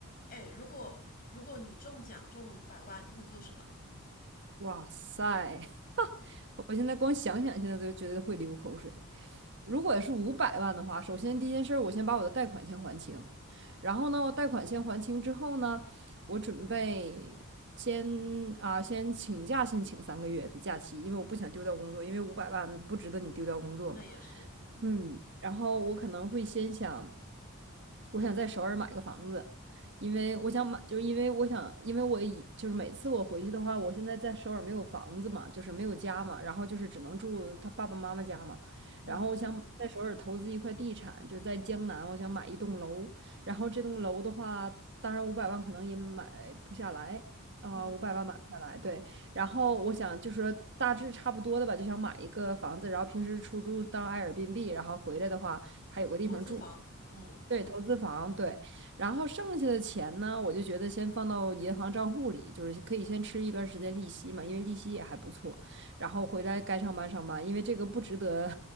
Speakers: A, on the left (about 40°); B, on the right (about 55°).
A: 哎，如果如果你中奖中了五百万，你会做什么？
B: 哇塞！我现在光想想，现在都觉得会流口水。如果是五百万的话，首先第一件事儿，我先把我的贷款先还清，然后呢，我贷款先还清之后呢，我准备先啊，先请假，先请三个月的假期，因为我不想丢掉工作，因为五百万不值得你丢掉工作嘛。
A: 那也是，嗯
B: 嗯，然后我可能会先想，我想在首尔买个房子，因为我想买，就是因为我想，因为我以就是每次我回去的话，我现在在首尔没有房子嘛，就是没有家嘛，然后就是只能住他爸爸妈妈家嘛，
A: 嗯嗯
B: 然后我想在首尔投资一块地产，就是在江南，我想买一栋楼，然后这栋楼的话，当然五百万可能也买不下来啊，
A: 嗯，
B: 五百万买不下来，对。然后我想就说大致差不多的吧，就想买一个房子，然后平时出租当 a 尔 r 币，然后回来的话还有个地方住。
A: 投资房，嗯，
B: 对，投资房，对。然后剩下的钱呢，我就觉得先放到银行账户里，就是可以先吃一段时间利息嘛，因为利息也还不错。然后回来该上班上班，因为这个不值得